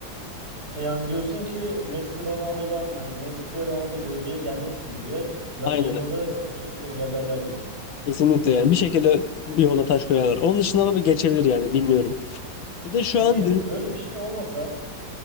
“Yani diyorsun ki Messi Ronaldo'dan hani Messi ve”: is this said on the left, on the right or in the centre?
Right